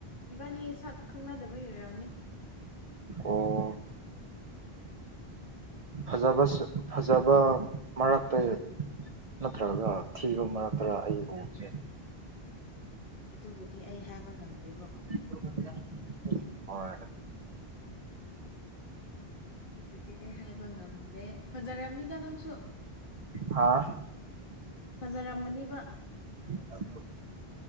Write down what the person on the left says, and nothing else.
ꯏꯕꯥꯅꯤ ꯁꯛ ꯈꯪꯅꯗꯕꯒꯤ ꯑꯣꯏꯔꯝꯅꯤ
ꯑꯗꯨꯕꯨꯗꯤ ꯑꯩ ꯍꯥꯏꯕ ꯉꯝꯗꯦꯕꯣ
ꯑꯗꯨꯕꯨꯗꯤ ꯑꯩ ꯍꯥꯏꯕ ꯉꯝꯗꯦ ꯐꯖꯔꯝꯅꯤꯗ ꯅꯪꯁꯨ
ꯐꯖꯔꯝꯒꯅꯤꯕ